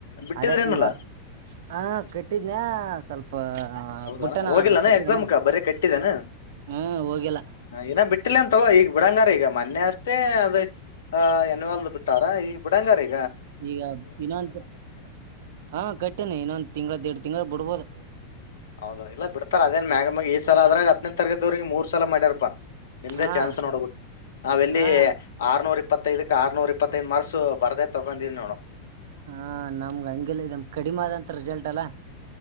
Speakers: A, on the left (about 60°); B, on the right (about 55°).
A: ಬಿಟ್ಟಿದ್ರೇನಲ್ಲ
B: ಅದೇ ಈ ವರ್ಷ ಹ ಕೆಟ್ಟಿದನಯ ಸ್ವಲ್ಪ
A: ಹೌದಾ
B: ಬುಟ್ಟನ
A: ಹೋಗಿಲ್ಲಾನ
B: ಅದ್ರ ಕಟ್ಟಿದನ
A: ಎಕ್ಸಾಮಕ್ಕ ಬರ ಕಟ್ಟ ಟ್ಟಾನ
B: ಹ್ಮ್ ಹೋಗಿಲ್ಲ
A: ಏನ ಬಿಟ್ಟಿಲ್ಲ ಅಂತ ಈಗ ಬ ಬಿಡಂಗಾರಿ ಈಗ ಮೊನ್ನೆ ಅಷ್ಟೇ ಅದ ಎನ್ವಾಲ್ದ ಬಿಟ್ಟಾರ ಈಗ ಬ ಬಿಡಂಗಾರಿ
B: ಈಗ ಇನ್ನೊಂದು ಹಾ ಕಟ್ಟನೆ ಇನ್ನೊಂದು ತಿಂಗಗಳ ದೇಡ್ಡು ತಿಂಗಳ ಬಿಡ್ಬೋದು
A: ಹೌದೌಲ್ಲ ಬಿಡ್ತಾರ ಅದೇನ್ ಮ್ಯಾಗ ಮ್ಯಾಗ ಈ್ ಸಲ ಅದ್ರಾಗ ಹ್ನೇ ತಗದವ್ರಿಗೆ ಮೂರ್ ಸಲ ಮಾಡ್ಯಾರಪ್ಪಾ ನಿಮ್ದೇ
B: ಹಾ
A: ಚಾನ್ಸ್ ನೋಡ್ಬೇಕು ನಾವ ಎಲ್ಲಿ
B: ಹಾ
A: ಆರ್ನೂರು ಇಪ್ಪತ್ತೈದಕ್ ಆರ್ನೂರ್ ಇಪ್ಪತ್ತೈದ್ ಮರುಸು ಬರದೇ ತಗೊಂಡೀಿ ನೋಡು
B: ಹ ನಮ್ಗ ಹಂಗೆಲ್ಲ ಇದಮ ಕಡಿಮೆ ಆದಂತ ರಿಸಲ್ಟ್ ಅಲ್ಲಾ